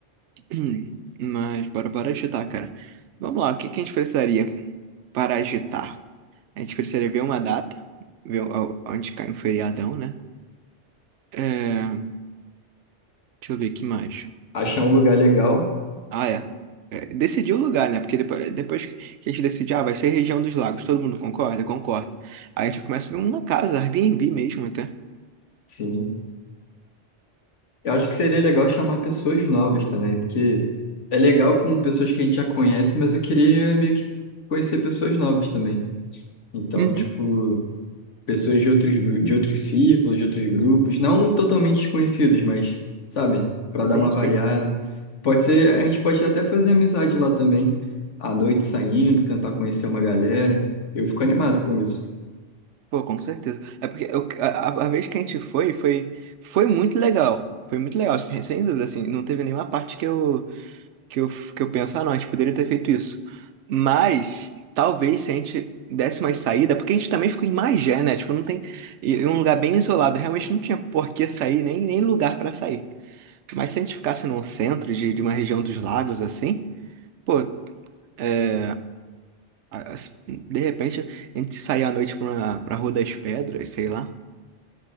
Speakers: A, on the right (about 75°); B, on the left (about 80°).
A: <clears throat> Mas bora, bora agitar, cara. Vamos lá, o que que a gente precisaria para agitar? A gente precisaria ver uma data, ver o- onde cai um feriadão, né? É, deixa eu ver o que mais.
B: Achar um lugar legal,
A: Ah, é. É, decidir o lugar, né? Porque depois, depois que a gente decide, ah, vai ser região dos lagos, todo mundo concorda? Concorda. Aí a gente começa a ver uma casa, Airbnb mesmo até.
B: sim. Eu acho que seria legal chamar pessoas novas também, porque é legal com pessoas que a gente já conhece, mas eu queria meio que conhecer pessoas novas também. Então,
A: Uhum.
B: tipo, pessoas de outros, gru- de outros círculos, de outros grupos, não totalmente desconhecidos, mas, sabe, para
A: Sim,
B: dar uma
A: sim.
B: variada. Pode ser, a gente pode até fazer amizade lá também, à noite saindo, tentar conhecer uma galera. Eu fico animado com isso.
A: Pô, com certeza. É porque eu- a, a- a vez que a gente foi, foi, foi muito legal. Foi muito legal, sem, sem dúvida, assim. Não teve nenhuma parte que eu, que eu, que eu penso, ah, não, a gente poderia ter feito isso. Mas, talvez, se a gente desse mais saída, porque a gente também ficou em Magé, né? Tipo, não tem... Em em um lugar bem isolado. Realmente não tinha por que sair, nem, nem lugar pra sair. Mas se a gente ficasse num centro de, de uma região dos lagos, assim, pô, é, a- a- de repente a gente sair à noite pra, uma- pra Rua das Pedras, sei lá.